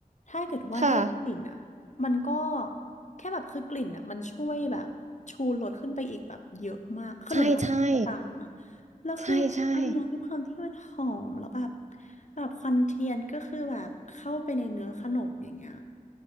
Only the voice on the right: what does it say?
ค่ะ
ใช่ใช่
ใช่ใช่